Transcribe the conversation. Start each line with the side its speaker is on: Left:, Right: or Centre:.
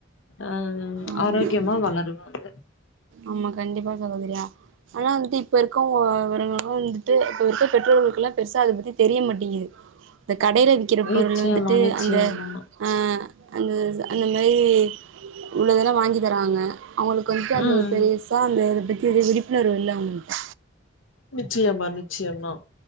Left: ஆ
Right: ஆமா
Left: ஆரோக்கியமா வளருவாங்க
Right: ஆமா கண்டிப்பா சகோதரியா ஆனா வந்து இப்ப இருக்கவுங்க <unintelligible> வந்துட்டு இப்ப இருக்க பெற்றோர்களுக்குல்லா பெருசா அத பத்தி தெரிய மாட்டேங்குது இந்த கடையில விக்கிற பொருள்
Left: நிச்சயமா
Right: வந்துட்டு
Left: நிச்சயமா
Right: அந்த ஆ அந்த அந்த மாரி உள்ளதெல்லா வாங்கி தராங்க அவுங்களுக் கொஞ்ச அந்த
Left: ம்
Right: ஒரு பெருசா அந்த அத பத்தி விழப்புணர்வு இல்ல அவுங்கள்ட
Left: நிச்சியமா நிச்சியமா